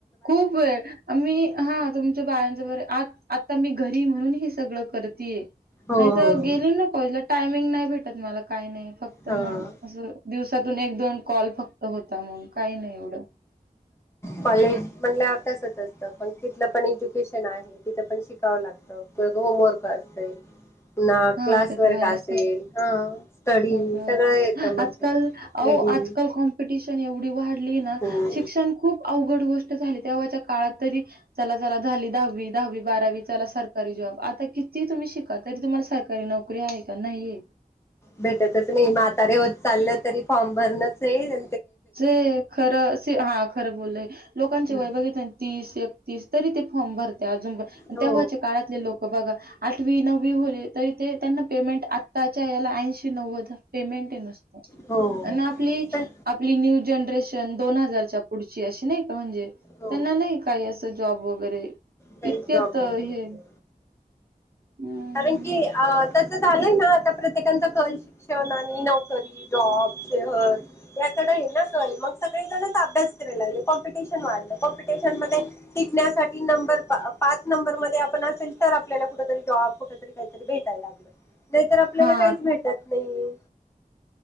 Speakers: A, on the right (about 85°); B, on the left (about 15°).
A: खूप वेळ आम्ही हा तुमच्या बायांच बरय आत आता मी घरी म्हणून हे सगळं करतेय
B: हो
A: नाहीतर
B: हो
A: गेली ना कॉलेजला टायमिंग नाही भेट त मला काही नाही फक्त
B: हा
A: मग अस दिवसातून एक दोन कॉल फक्त त होता मग काही नाही एवढं.
B: कॉलेज म्हटल्यावर तसच असत पण तिथलं पण एज्युकेशन आहे तिथं पण शिकावं लागतं परत होमवर्क आ असेल. ना
A: हां,
B: क्लास
A: ते
B: वर्क
A: तर आहेच.
B: असेल ह स्टडी
A: सगळंच.
B: सगळं येत मध्ये
A: आजकाल अहो,
B: रेडी
A: आजकाल कॉम्पिटिशन एवढी वाढली ना
B: हो
A: शिक्षण खूप अवघड गोष्ट झाली तेव्हाच्या काळात तरी चला जरा झाली दहावी दहावी बारावी चला सरकारी जॉब आता किती तुम म्ही शिका तरी तुम्हाला सरकारी नोकरी आहे का नाहीए.
B: भेटतच नाही म्हातारे होत चाललेत तरी फॉर्म भरणच ए आ
A: चे खर सि हा खरं बोलय लोकांची
B: हं.
A: वय बघितलय तीस एक तीस तरी ते फॉर्म भरताय अजून
B: हो,
A: तेव्हाचे काळातले लोक बघा आठवी नव वी वाले तरी ते त्यांना पेमेंट आताच्या याला ऐन्शी नव्वद पेमेंट ए नुसतं,
B: हो.
A: त्यांना आपली
B: पण
A: आपली न्यू जनरेशन दोन हजारच्या पुढची अशी नाई का म्हणजे त्यांना
B: हो,
A: नाही काही अस जॉब वगैरे
B: तेच
A: इतक्यात
B: जॉब
A: हे
B: वगैरे नको.
A: हम्म.
B: कारण की अ तस झालंय ना आता प्रत्येकच कल शिक्षण आणि नोकरी जॉब. शहर या कडे आहे ना कल मगं सगळे जण अभ्यास कराय लागले कॉम्पिटिशन वाढलय कॉम्पि टिशन टिकण्यासाठी नंबर पा पाच नंबर मध्ये आपण असेल तर आपल्याला कुठ तरी जॉब कुठ तरी काहीतरी भेटायला लागलं नाहीतर आपल्याला
A: हा
B: काहीच भेटत नाही.